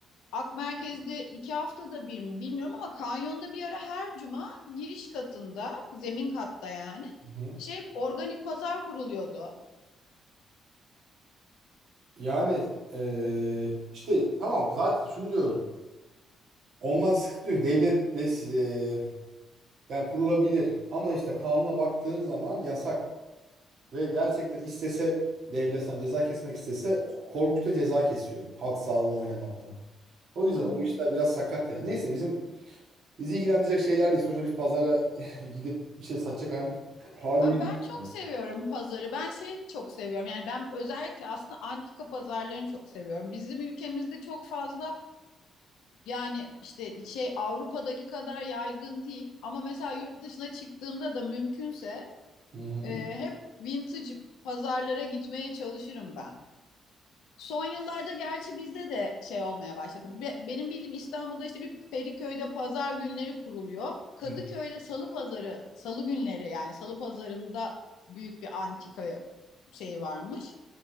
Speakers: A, on the left; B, on the right.
A: Ak Merkez'de iki haftada bir mi bilmiyorum ama kanyonda bir ara her cuma giriş katında, zemin katta yani
B: Hı-hı.
A: şey organik pazar kuruluyordu.
B: yani eee, işte tamam zaten şunu diyorum. Ondan sıkıntı yok. Devlet de si- eee, yani kurulabilir ama işte kanuna baktığın zaman yasak ve gerçekten istese devlet sana ceza kesmek istese korkunç da ceza kesiyor halk sağlığına oynamaktan. O yüzden
A: Anladım.
B: o işler biraz sakat yani. Neyse bizim bizi ilgilendirecek şeyler değil. Sonuçta biz pazara <laughs> gidip bir şey satacak hal- halimiz.
A: Aa, Ben çok
B: yok.
A: seviyorum pazarı. Ben şey çok seviyorum. Yani ben özellikle aslında antika pazarlarını çok seviyorum. Bizim ülkemizde çok fazla yani işte şey Avrupa'daki kadar yaygın değil. Ama mesela yurt dışına çıktığımda da mümkünse
B: Hı
A: Ee, hep vintage pazarlara gitmeye çalışırım ben. Son yıllarda gerçi bizde de şey olmaya başladı. Be- benim bildiğim İstanbul'da işte bir Feriköy'de pazar günleri kuruluyor. Kadıköy'de
B: hı.
A: salı pazarı, salı günleri yani salı pazarında büyük bir antika şey varmış.